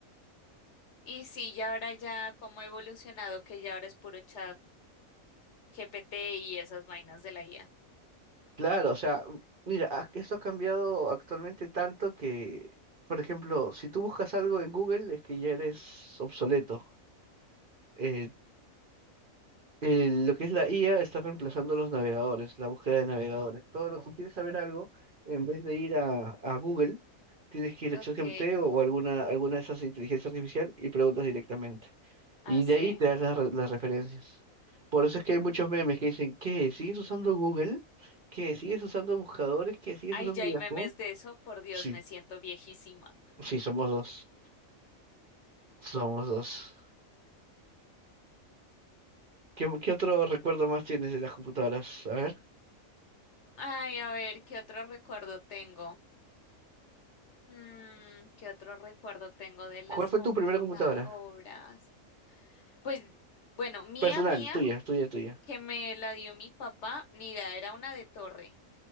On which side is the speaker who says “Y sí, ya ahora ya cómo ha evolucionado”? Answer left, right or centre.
Left